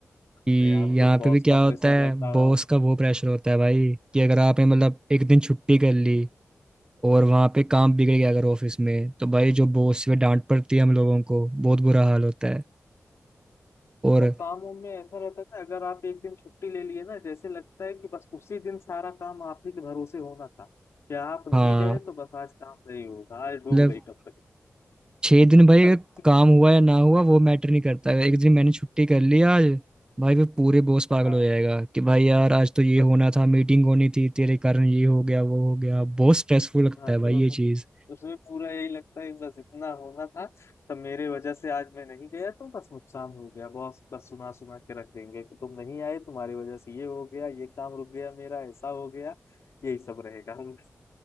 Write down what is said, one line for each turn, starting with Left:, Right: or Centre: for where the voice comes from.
Right: कि
Left: मैं आपको
Right: यहाँ
Left: बॉस
Right: पे भी क्या
Left: का
Right: होता
Left: प्रेशर
Right: है
Left: रहता
Right: बॉस
Left: हो
Right: का वो प्रेशर होता है भाई कि अगर आपने मतलब एक दिन छुट्टी कर ली और वहाँ पे काम बिगड़ गया अगर ऑफिस में तो भाई जो बॉस से डांट पड़ती है हम लोगों को बहुत बुरा हाल होता है और
Left: अच्छा काम वाम में ऐसा रहता है ना अगर आप एक दिन छुट्टी ले लिए ना जैसे लगता है कि बस उसी दिन सारा काम आप ही के भरोसे होना था कि आप
Right: हाँ
Left: नहीं गए तो बस आज काम नहीं होगा आज डूब
Right: मतलब
Left: गई कंपनी
Right: छह दिन भाई
Left: <laughs>
Right: अगर काम हुआ या ना हुआ वो मैटर नहीं करता अगर एक दिन मैंने छुट्टी कर ली आज भाई वो पूरे बॉस पागल
Left: हाँ
Right: हो जाएगा कि भाई यार आज तो ये
Left: तो बस
Right: होना था मीटिंग होनी थी तेरे कारण ये हो गया वो हो गया बहुत स्ट्रेसफुल लगता
Left: हाँ
Right: है भाई
Left: तो
Right: ये चीज़
Left: उसमें पूरा यही लगता है कि बस इतना होना था तो मेरे वजह से आज मैं नहीं गया तो बस नुकसान हो गया बॉस बस सुना सुना के रख देंगे कि तुम नहीं आए तुम्हारी वजह से ये हो गया ये काम रुक गया मेरा ऐसा हो गया यही सब रहेगा हम्म।